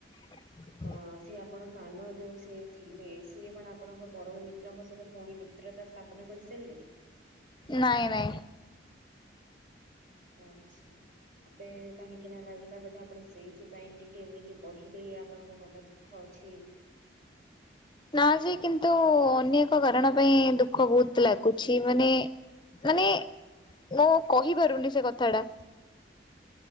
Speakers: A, on the left; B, on the right.
A: ହଁ <inaudible>
B: ହଁ ସେି ଆପଣ ସାନ ଯୋଉ ସେ ଥିଲେ। ସିଏ କଣ ଆପଣଙ୍କ ପରମ ମିତ୍ରଙ୍କ ସହିତ ପୁଣି ମିତ୍ରତା ସ୍ଥାପନ କରିସାରିଲେ।
A: ନାଇଁ ନାଇଁ।
B: ଆଚ୍ଛା। ମତେ କାହିଁକି ନା ଲାଗିଲା, ବୋଧେ ଆପଣ ସେଇଥିପାଇଁ ଟିକେ ଏମିତି କହିଲେ ଆପଣଙ୍କ ମନ ଦୁଃଖ ଅଛି।
A: ନା ଯେ କିନ୍ତୁ ଅନ୍ୟ ଏକ କାରଣ ପାଇଁ ଦୁଃଖ ବହୁତ ଲାଗୁଛି ମାନେ। ମାନେ ମୁଁ କହିପାରୁନି ସେ କଥାଟା।